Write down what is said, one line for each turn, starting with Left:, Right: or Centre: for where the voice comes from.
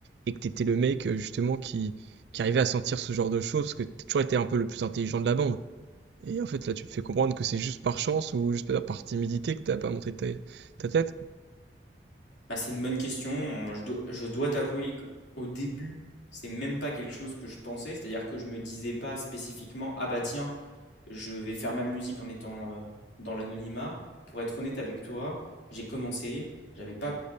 Right: et que t'étais le mec, euh, justement, qui, qui arrivait à sentir ce genre de choses, parce que t'as toujours été un peu le plus intelligent de la bande. Et en fait, là, tu me fais comprendre que c'est juste par chance ou juste par par timidité que t'as pas montré ta, ta tête.
Left: Bah, c'est une bonne question, je dois, je dois t'avouer qu'au début, c'est même pas quelque chose que je pensais, c'est-à-dire que je me disais pas spécifiquement, ah bah tiens, je vais faire ma musique en étant euh, dans l'anonymat. Pour être honnête avec toi, j'ai commencé, j'avais pas